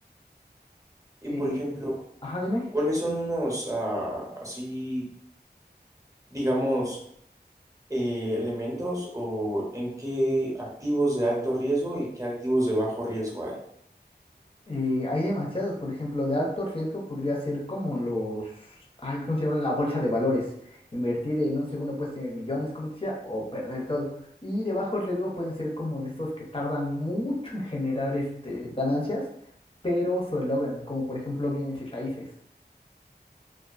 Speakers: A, on the right; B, on the left.
A: Y
B: Eh,
A: por ejemplo,
B: ajá, dime.
A: ¿cuáles son unos ah, así, digamos, eh, elementos o en qué activos de alto riesgo y qué activos de bajo riesgo hay?
B: Eh, hay demasiados, por ejemplo, de alto riesgo podría ser como los, ay, ¿cómo se llaman? La bolsa de valores. Invertir en un segundo puedes tener millones, como te decía, o perder todo. Y de bajo riesgo pueden ser como de estos que tardan mucho en generar este, ganancias, pero se logran, como por ejemplo bienes y raíces.